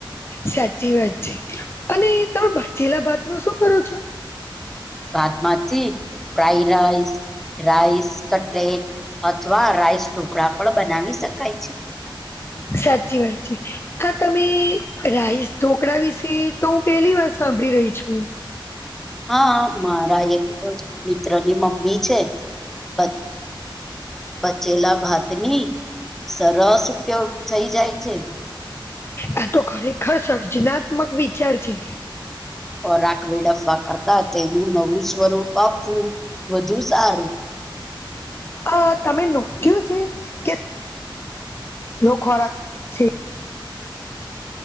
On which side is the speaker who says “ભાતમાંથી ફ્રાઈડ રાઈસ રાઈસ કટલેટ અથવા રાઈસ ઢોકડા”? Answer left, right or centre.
Centre